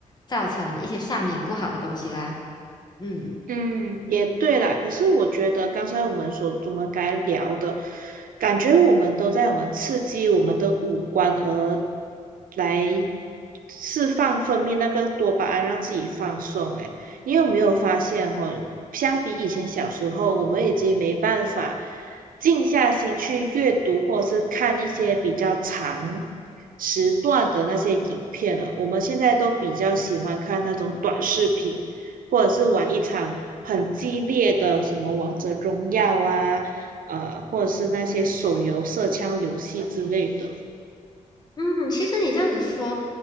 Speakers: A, on the left (about 30°); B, on the right (about 80°).
A: 造成一些上瘾不好的东西啦。嗯。
B: 嗯，也对啦。可是我觉得刚才我们所我们该聊的，感觉我们都在我们刺激我们的五官，而来释放分泌那个多巴胺，让自己放松。诶，你有没有发现哈、相比以前小时候，我们已经没办法静下心去阅读或者是看一些比较长时段的那些影片了。我们现在都比较喜欢看那种短视频。或者是玩一场很激烈的什么王者荣耀啊，呃，或者是那些手游射枪游戏之类的。
A: 嗯，其实你这样子说，